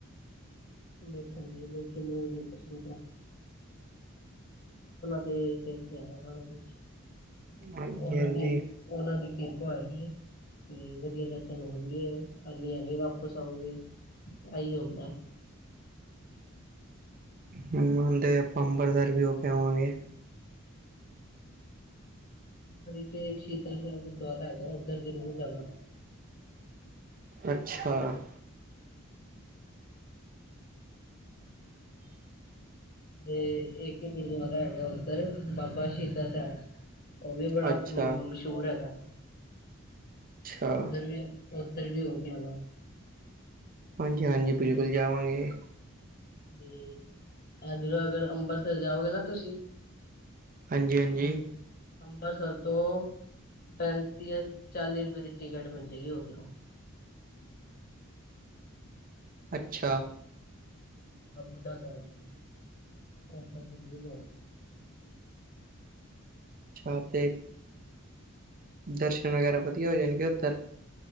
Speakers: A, on the left (about 45°); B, on the right (about 40°).
A: ਦੇਖਣ ਨੀ ਚਲੋ ਉਹਨਾਂ ਦੇ <unintelligible>
B: ਹਾਂਜੀ
A: ਉਹਨਾਂ
B: ਹਾਂਜੀ
A: ਦੀ-ਉਹਨਾਂ ਦੀ ਕਿਰਪਾ ਹੈਗੀ ਹੈ ਵਧੀਆ ਦਰਸ਼ਨ ਹੋਣਗੇ ਹਲੀ ਐਵੇਂ ਵਾਪਿਸ ਆਉਗੇ। ਏ ਇ ਹੁੰਦਾ
B: ਹੁਣ ਤੇ ਆਪਾਂ ਅੰਬਰਸਰ ਵੀ ਹੋ ਕੇ ਆਵਾਂਗੇ।
A: ਓਦੇ ਚ ਇੱਕ ਸ਼ਹੀਦਾ ਸਾਹਿਬ ਗੁਰਦੁਆਰਾ ਹੈਗਾ, ਉੱਧਰ ਜਰੂਰ ਜਾਣਾ।
B: ਅੱਛਾ। <inaudible>
A: ਤੇ ਇੱਕ ਗੁਰਦੁਆਰਾ ਹੈਗਾ ਉੱਧਰ ਬਾਬਾ ਸ਼ਹੀਦਾ ਸਾਹਿਬ। ਉਹ ਵੀ ਬੜਾ
B: ਅੱਛਾ
A: ਮ ਮਸ਼ਹੂਰ ਹੈਗਾ।
B: ਅੱਛਾ
A: ਉੱਧਰ ਵੀ, ਉੱਧਰ ਵੀ ਹੋਊ। ਕੀ ਹਾਲ ਆ?
B: ਹਾਂਜੀ-ਹਾਂਜੀ ਬਿਲਕੁਲ, ਜਾਵਾਂਗੇ।
A: ਤੇ ਇਧਰੋਂ ਅਗਰ ਅੰਬਰਸਰ ਜਾਓਗੇ ਨਾ ਤੁਸੀਂ
B: ਹਾਂਜੀ-ਹਾਂਜੀ।
A: ਅੰ ਅੰਬਰਸਰ ਤੋਂ ਪੈਂਤੀ ਜਾਂ ਚਾਲੀ ਰੁਪਏ ਦੀ ਟਿਕਟ ਮਿਲੇਗੀ ਉਧਰੋਂ।
B: ਅੱਛਾ।
A: ਬਾਬਾ ਬੁੱਢਾ ਸਾਹਿਬ, ਹੁਣ ਤਾਂ ਜਰੂਰ ਜਾਣਾ।
B: ਅੱਛਾ ਤੇ ਦਰਸ਼ਨ ਵਗੈਰਾ ਵਧੀਆ ਹੋ ਜਾਣਗੇ ਉੱਧਰ?